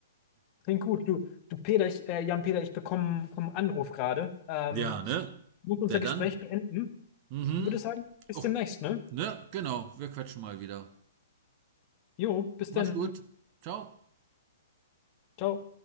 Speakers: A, on the left (about 30°); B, on the right (about 35°).
A: Klingt gut. Du, du Peter, ich, äh, Jan Peter, ich bekomme bekomme einen Anruf gerade. Ähm,
B: Ja,
A: ich
B: ne?
A: muss unser
B: Der dann?
A: Gespräch beenden.
B: Mhm.
A: Würde sagen, bis
B: Och,
A: demnächst, ne?
B: ne? Genau. Wir quatschen mal wieder.
A: Jo, bis
B: Mach's
A: dann.
B: gut. Ciao.
A: Ciao.